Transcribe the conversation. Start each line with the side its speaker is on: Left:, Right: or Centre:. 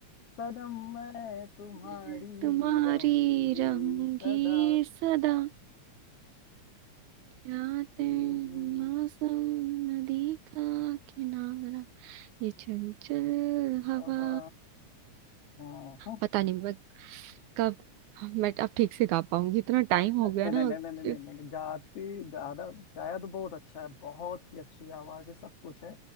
Left: सनम मैं तुम्हारी
Right: मैं तुम्हारी
Left: रहूंगी
Right: रहूंगी
Left: सदा
Right: सदा यादें
Left: <laughs>
Right: मौसम नदी का किनारा ये चंचल हवा
Left: हवा हाँ हाँ।
Right: पता नहीं मैं कब मैं अब ठीक से गा पाऊंगी इतना टाइम हो
Left: नहीं
Right: गया ना
Left: नहीं नहीं
Right: कि-
Left: नहीं नहीं नहीं नहीं नहीं, गाती दादा गाया तो बहुत अच्छा है बहुत ही अच्छी आवाज है सब कुछ है